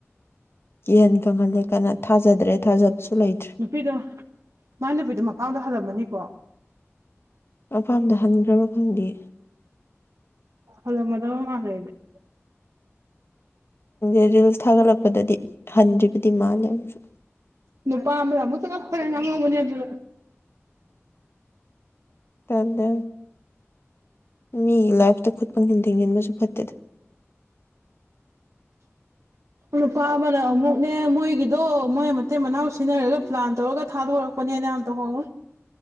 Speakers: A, on the left (about 55°); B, on the right (about 80°).
A: ꯀꯤꯍꯟ ꯈꯪꯍꯜꯂꯦ ꯀꯟꯅ ꯊꯥꯖꯗ꯭ꯔꯦ ꯊꯥꯖꯕꯁꯨ ꯂꯩꯇ꯭ꯔꯦ꯫
B: ꯅꯨꯄꯤꯗꯣ ꯃꯥꯏ ꯅꯨꯄꯤꯗꯣ ꯃꯄꯥꯗ ꯍꯜꯂꯝꯃꯅꯤꯀꯣ꯫
A: ꯃꯄꯥꯝꯗ ꯍꯟꯈ꯭ꯔꯕ ꯈꯪꯗꯦ꯫
B: ꯍꯜꯂꯝꯃꯗꯧꯕ ꯃꯥꯜꯂꯦ ꯑꯩꯗꯤ ꯫
A: ꯑꯗꯨ ꯔꯤꯜꯁ ꯊꯥꯒꯠꯂꯛꯄꯗꯗꯤ ꯍꯟꯗ꯭ꯔꯤꯕꯗꯤ ꯃꯥꯜꯂꯦ ꯑꯃꯨꯛꯁꯨ꯫
B: ꯅꯨꯄꯥ ꯑꯃꯅ ꯑꯃꯨꯛ ꯆꯥꯡꯉꯥꯄꯔꯅ ꯉꯥꯡꯉꯧꯕꯅꯦ ꯑꯗꯨ꯫
A: ꯇꯗꯦ꯫ ꯃꯤꯒꯤ ꯂꯥꯏꯐꯇ ꯈꯨꯠ ꯄꯪꯊꯤꯟ ꯊꯤꯡꯖꯤꯟꯕꯁꯨ ꯐꯠꯇꯦꯗ꯫
B: ꯅꯨꯄꯥ ꯑꯃꯅ ꯑꯃꯨꯛꯅꯦ ꯃꯣꯏꯒꯤ꯫ ꯑꯗꯣ ꯃꯣꯏ ꯃꯇꯩ ꯃꯅꯥꯎ ꯁꯤꯖꯤꯟꯅꯔꯒ ꯄ꯭ꯂꯥꯟ ꯇꯧꯔꯒ ꯊꯥꯗꯣꯔꯛꯄꯅꯦꯅ ꯌꯥꯝ ꯇꯧꯍꯧꯏ꯫